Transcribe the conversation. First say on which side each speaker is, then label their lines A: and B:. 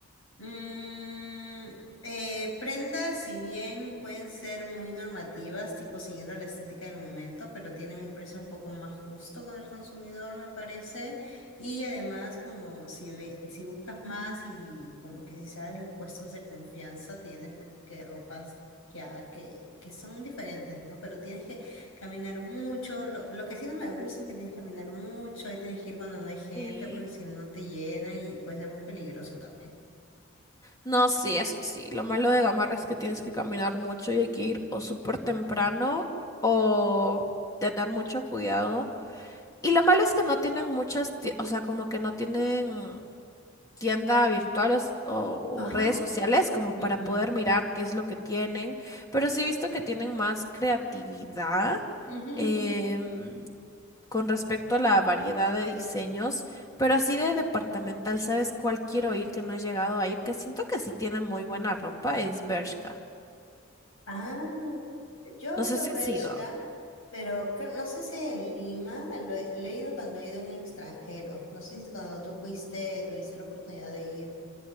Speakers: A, on the left; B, on the left.
A: Mm, eh, prendas, si bien pueden ser muy normativas, tipo siguiendo la estética del momento, pero tienen un precio un poco más justo con el consumidor, me parece. Y además, como si ve- si buscas más y como que si sabes los puestos de confianza, tienes como que ropas ya que, que son diferentes, ¿no? Pero tienes que caminar mucho. Lo, lo que sí no me gusta es que tienes que caminar mucho y tienes que ir cuando no hay gente,
B: Sí.
A: porque si no te llenan y puede ser muy peligroso también.
B: No, sí, eso sí. Lo malo de Gamarra es que tienes que caminar mucho y hay que ir o súper temprano o tener mucho cuidado. Y lo malo es que no tienen muchas, ti- o sea, como que no tienen tienda virtual o, o-
A: Ajá,
B: o redes sociales como para
A: ujú,
B: poder mirar qué es lo que tienen, pero sí he visto que tienen más creatividad
A: ujú,
B: em,
A: ujú,
B: con respecto a la variedad de diseños, pero así de departamental, ¿sabes cuál quiero ir que no he llegado a ir? Que siento que sí tiene muy buena ropa, es Bershka.
A: ujú. Ah, yo
B: No
A: he
B: sé
A: ido
B: si
A: a Bershka,
B: ha sido
A: pero cre- no sé si en Lima, lo he, lo he ido cuando he ido en el extranjero. No sé si cuando tú fuiste tuviste la oportunidad de ir.